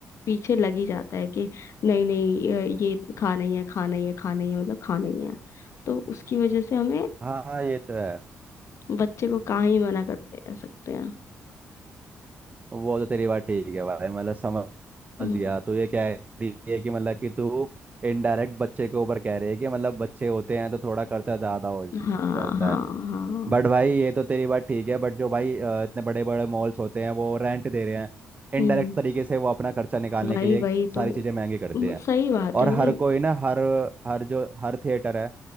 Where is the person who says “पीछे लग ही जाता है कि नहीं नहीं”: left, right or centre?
Left